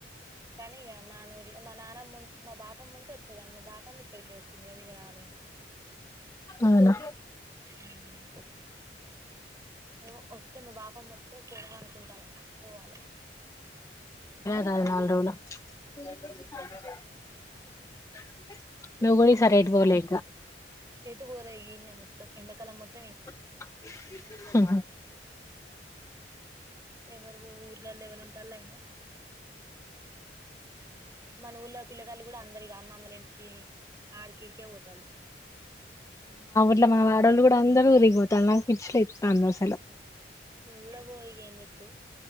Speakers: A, on the right; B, on the left.
A: కానీ ఇగ మాన ఊర్ మా నాన్నమ్ మా బాపమ్ ఉంటే వచ్చేదాన్ని మా బాపమ్ ఇక్కడికే వచ్చింది ఇగ రాలేను
B: అవునా
A: ఉమ్ ఎమో ఒత్తె మా బాపమ్ ఒత్తె పోవాల అనుకుంటన పోవాలే
B: చాల్ నాల్గ్ రోల <unintelligible> <unintelligible>
A: ఇంకా
B: ఎటు పోలే ఇక
A: ఎటు పోలే గిన్నే మొత్తం ఎండకాలం మొత్
B: <unintelligible>
A: ఎవరు ఊర్లలో ఎవరు ఉంటళ అయినా మన ఊర్లో పిల్లగాలు కూడా అందరికి అమ్మ అమ్మలు ఇంటికి ఆడికిడికే పోతంది
B: ఇట్లా మా వాడళ్ళ కూడా అందరూ ఉరిగిపోతాళ్ళ పిచ్చి లెత్తంది అస్సలు
A: ఉల్లాగ్ పోయి ఇగ ఎం చెత్తవ్